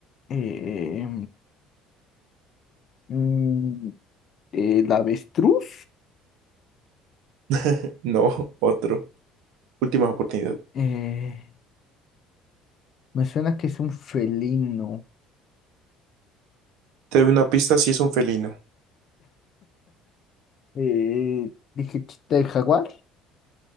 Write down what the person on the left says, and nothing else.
eh, mm, el avestruz.
eh, me suena que es un felino.
Eh, dije chita de jaguar.